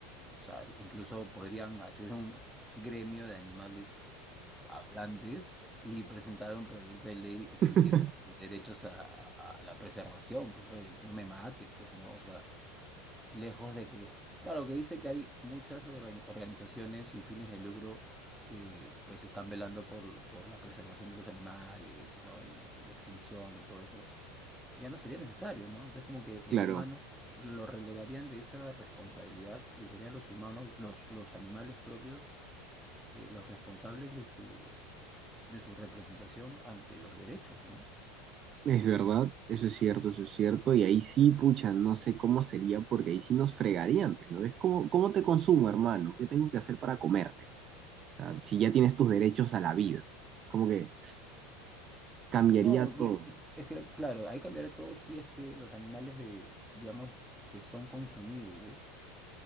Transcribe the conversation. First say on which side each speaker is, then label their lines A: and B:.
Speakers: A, in the centre; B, on the right (about 30°).
A: O sea, incluso podrían hacer un gremio de animales hablantes y presentar un proyecto de ley exigiendo
B: <laughs>
A: derechos a, a la preservación, pues oye, no me mates, pues no, o sea, lejos de que, claro, que dice que hay muchas orga- organizaciones sin fines de lucro que pues están velando por, por la preservación de los animales, ¿no? Y, y la extinción y todo eso ya no sería necesario, ¿no? Entonces como que el
B: Claro,
A: humano lo relegarían de esa responsabilidad y serían los humanos, los, los animales propios, eh, los responsables de su, de su representación ante los derechos, ¿no?
B: es verdad, eso es cierto, eso es cierto. Y ahí sí, pucha, no sé cómo sería, porque ahí sí nos fregarían, pues, ¿no? Es como, ¿cómo te consumo, hermano? ¿Qué tengo que hacer para comerte? Ah, si ya tienes tus derechos a la vida, como que cambiaría
A: No,
B: todo.
A: y- y- es que claro, ahí cambiará todo si es que los animales de, digamos, que son consumibles,